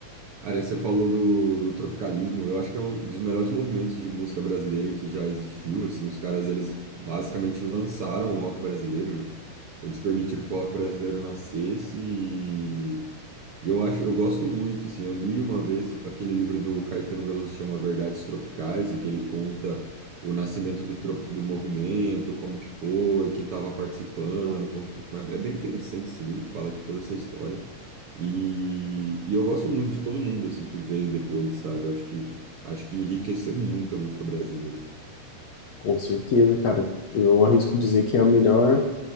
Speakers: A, on the right (about 65°); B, on the left (about 70°).
A: Aria, você falou do, do tropicalismo. Eu acho que é um dos melhores movimentos de música brasileira que já existiu. Assim, os caras eles basicamente lançaram o rock brasileiro, né? Eles permitiram que o rock brasileiro nascesse e eu acho, eu gosto muito, assim, eu li uma vez aquele livro do Caetano Veloso que chama Verdades Tropicais, em que ele conta o nascimento do, trop- do movimento, como que foi, quem estava participando, conta- é é bem interessante esse livro, fala de toda essa história. E, e eu gosto muito de todo mundo, assim, que veio depois, sabe? Acho que, acho que enriqueceu muito a música brasileira.
B: Com certeza, cara. Eu arrisco dizer que é a melhor